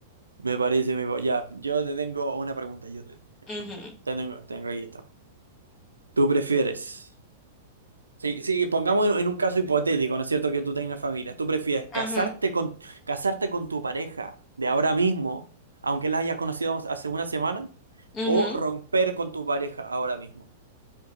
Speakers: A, on the right (about 80°); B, on the left (about 25°).
A: Me parece, me... pa- ya. Yo te tengo una pregunta. Yo te,
B: Ujú,
A: te tengo, tengo aquí esta. ¿Tú prefieres? Sí, sí, pongamos en, en un caso hipotético, ¿no es cierto? Que tú tengas familia. ¿Tú prefieres casarte
B: Ajá,
A: con, casarte con tu pareja de ahora mismo, aunque la hayas conocido hace una semana,
B: ujú.
A: o romper con tu pareja ahora mismo?